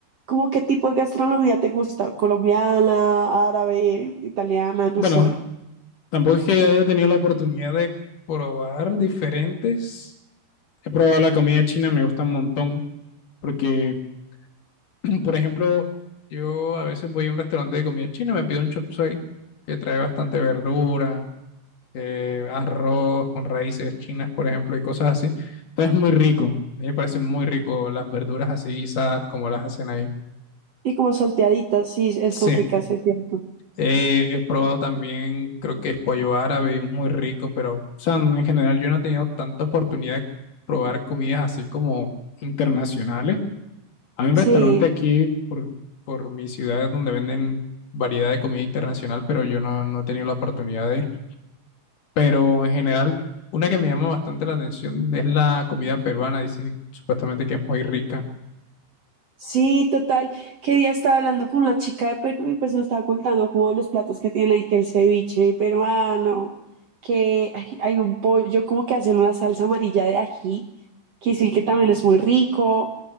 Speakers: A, on the right; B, on the left.
A: como qué tipo de gastronomía te gusta? ¿Colombiana, árabe, italiana, no
B: Bueno,
A: sé?
B: tampoco es que haya tenido la oportunidad de probar diferentes. He probado la comida china, me gusta un montón, porque, <clears throat> por ejemplo, yo a veces voy a un restaurante de comida china, me pido un chop suey, que trae bastante verdura, eh, arroz con raíces chinas, por ejemplo, y cosas así. Entonces es muy rico, a mí me parece muy rico las verduras así guisadas como las hacen ahí.
A: Y como salteaditas, sí, es-
B: Sí.
A: son ricas, es cierto.
B: Eh, he probado también, creo que es pollo árabe, es muy rico, pero, o sea, en general yo no he tenido tanta oportunidad de probar comidas así como internacionales. Hay un
A: Sí,
B: restaurante aquí por, por mi ciudad donde venden variedad de comida internacional, pero yo no, no he tenido la oportunidad de ir. Pero en general, una que me llama bastante la atención es la comida peruana, dicen supuestamente que es muy rica.
A: Sí, total. que día estaba hablando con una chica de Perú y pues me estaba contando como los platos que tiene y que el ceviche peruano, que hay, hay un pollo como que hacen una salsa amarilla de ají, que sí que también es muy rico,